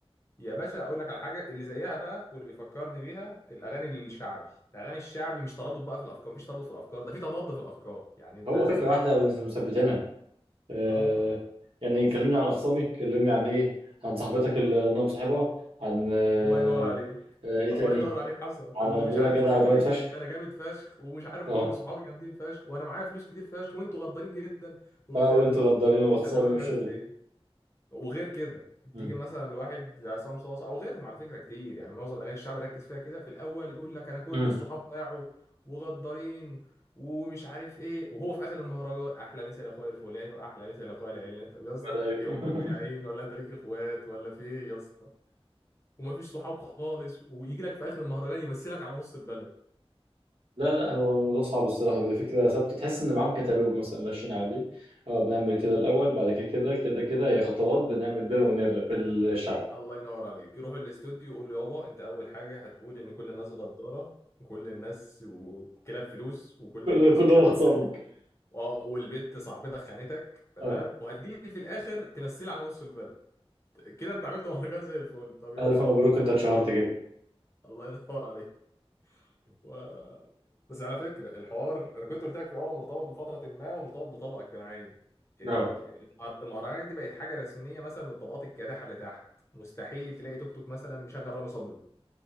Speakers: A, on the left; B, on the right.
A: يا باشا اقول لك على حاجه اللي زيها بقى واللي بيفكرني بيها الاغاني الشعبي الاغاني الشعبي مش ترابط بقى في الافكار مفيش ترابط في الافكار ده في تضاد في الافكار يعني انت
B: هو
A: لو
B: فكرة
A: بتسمع
B: واحدة بس مثبتينها آه
A: اه
B: يعني كلمني عن أخصامي كلمني عن إيه عن صاحبتك اللي أنا مصاحبها عن آه
A: الله ينور عليك
B: آه إيه
A: الله
B: تاني
A: ينور عليك حصل
B: عن
A: ومش
B: قد إيه
A: عارف
B: أنا جدع
A: وانا كويس
B: وجامد فشخ
A: ده انا جامد فشخ ومش عارف
B: أه
A: وصحابي جامدين فشخ وانا معايا فلوس كتير فشخ وانتوا غدارين جدا وبتاع
B: أه وأنتوا
A: طب يا
B: غدارين
A: اسطى،
B: وأخصامي
A: انت دلوقتي
B: والشغل
A: حاسس بايه وغير كده
B: مم.
A: تيجي مثلا لواحد زي عصام صاصا او غيرهم على فكره كتير يعني معظم الاغاني الشعب ركز فيها كده في الاول يقول لك انا كل
B: مم.
A: الصحاب باعوا وغدارين ومش عارف ايه وهو في اخر المهرجان احلى مثل اخويا الفلاني واحلى مثل اخويا العلاني طب يا اسطى
B: ده
A: انت
B: أيوه.
A: في ايه هم مقيعين
B: <laughs>
A: ولا انت ليك اخوات ولا في ايه يا اسطى ومفيش صحاب خالص ويجي لك في اخر المهرجان يمثلك على نص البلد
B: لا لا هو الموضوع صعب الصراحة بيبقى فكرة ثابتة تحس إن معاهم كتالوج مثلا ماشيين عليه أه بنعمل كده الأول بعد كده كده كده كده هي خطوات بنعمل بين أغنية الشعب
A: الله ينور عليك يروح الاستوديو يقول له يابا انت اول حاجه هتقول ان كل الناس غداره وكل الناس وكلاب فلوس وكل
B: <laughs> كل-
A: الناس
B: كلهم
A: مش عارف
B: أخصامك
A: كلاب كده. اه والبت صاحبتك خانتك تمام
B: أه
A: وهتجيلي في الاخر تمثلي على نص البلد كده انت عملت مهرجان زي الفل طب يابا
B: ألف مبروك أنت اتشهرت كده
A: <laughs> الله ينور عليك و... بس على فكرة الحوار أنا كنت قلت لك في الأول هو مرتبط بفترة ما ومرتبط بطبقة اجتماعية ال-
B: أه
A: ال- المهرجانات دي بقت حاجة رسمية مثلا للطبقات الكادحة اللي تحت مستحيل تلاقي توك توك مثلا مشغل رامي صبري